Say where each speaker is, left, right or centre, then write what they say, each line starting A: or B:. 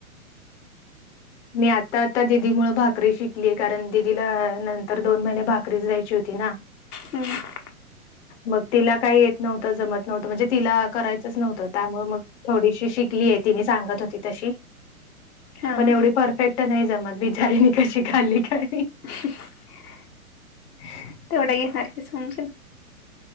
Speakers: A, on the left (about 50°); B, on the left (about 80°).
A: मी आता आता दिदी मुळं भाकरी शिकली कारण दिदीला नंतर दोन महिने भाक रीच द्यायची होती ना.
B: हम्म
A: मग तिला काय येत नव्हतं जमत नव्हतं म्हणजे तिला करायचंच नव्हतं त्यामुळे मग थोडीशी शिकलेय तिने सांगत होती तशी.
B: हा
A: पण एवढी परफेक्ट नाही जमत, बिचारीनी कशी खाल्ली काय
B: <inaudible>
A: ह
B: तेवढं घेणार की समजुन.